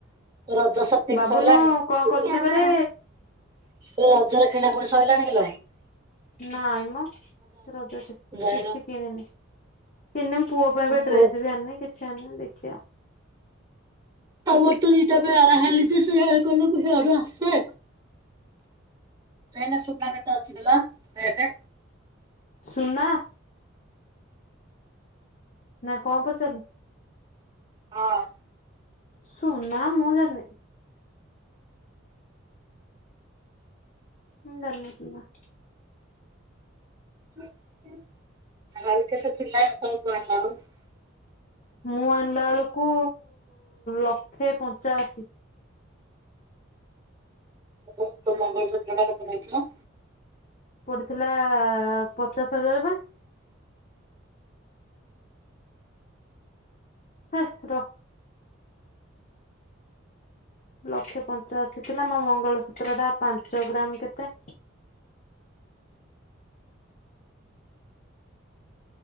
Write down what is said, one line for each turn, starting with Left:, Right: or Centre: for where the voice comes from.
Right: ରଜ ସପିଙ୍ଗ
Left: ବାବୁନୁ
Right: ସଇଲାଣି।
Left: କଣ କରୁଛୁ କିରେ
Right: ଲୋ ରଜରେ କିଣାକିଣି ସଇଲାଣି କି ଲୋ?
Left: ନାଇଁମ ରଜ ସ
Right: ଯାଇନ
Left: କିଛି କିଣି ନି। ମିନିମମ ପୁଅ ପାଇଁ ବା ଡ୍ରେସ
Right: ପୁଅ
Left: ବି ଆଣନି କିଛି ଆଣନି ଦେଖିିଆ।
Right: ତମର ତ ଦିଇଟା ବେଳା ହେଲି ଯେ ସେ <unintelligible> ଖାଲି କହିବ ହେଆଡୁ ଆସେ। ଏଇନା ସୁୁନା କେତେ ଅଛି କିଲୋ ରେଟେ?
Left: ସୁନା। ନା କଣ ପଚାରିଲୁ?
Right: ହଁ।
Left: ସୁନା ମୁଁ ଜାଣିନି। ମୁଁ ଜାଣିନି ସୁନା।
Right: <unintelligible> ଥିଲା ମୋଟ ଆମାଉଣ୍ଟ।
Left: ମୁଁ ଆଣଲା ବେଳକୁ ଲକ୍ଷେ ପଞ୍ଚାଅଶୀ।
Right: ଓହୋଃ ତୋ ମଙ୍ଗଳ ସୂତ୍ର ଟା କେତେ ନେଇଥିଲା?
Left: ପଡ଼ିଥିଲା ପଚାଶ ହଜାର ବା। <unintelligible> ହେ ରଅ ଲକ୍ଷେ ପଞ୍ଚାଅଶୀ ଥିଲା ମୋ ମଙ୍ଗଳସୂତ୍ର ଟା ପାଞ୍ଚ ଗ୍ରାମ କେତେ।